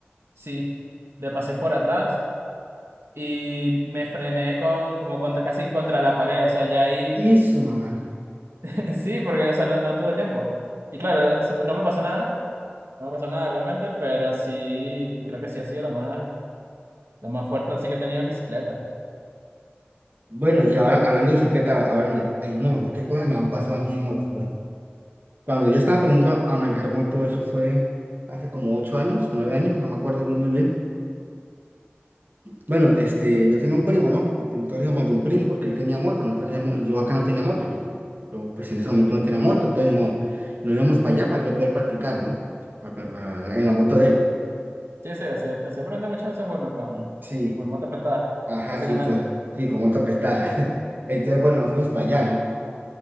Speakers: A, on the right; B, on the right.
A: sí, le pasé por atrás y me frené con, como contra, casi que contra la pared, o sea, ya ahí,
B: Y su mamá.
A: <laughs> sí, porque, o sea, no, no tuve tiempo. Y claro, eso- no me pasó nada, no me pasó nada realmente, pero sí, creo que sí ha sido lo más, lo más fuerte así que he tenido en bicicleta.
B: Bueno, y ahora hablando de bicicleta, ahora mira, en moto, ¿qué cosas me han pasado a mí en moto? Bueno, cuando yo estaba aprendiendo a a manejar moto, eso fue hace como ocho años, nueve años, no me acuerdo muy muy bien. Bueno, este, yo tenía un primo, ¿no? Entonces yo mandé un primo porque él tenía moto, nosotros teníamos- yo acá no tenía moto, yo, yo, pues en ese momento no tenía moto, entonces no, nos íbamos para allá para yo poder practicar, ¿no? A- a- en la moto de él.
A: Sí, sí, así, así aprende muchas veces uno con,
B: Sí,
A: como en moto prestada,
B: ajá,
A: básicamente.
B: sí, to- sí, con moto prestada. <laughs> Entonces, bueno, nos fuimos para allá, ¿no?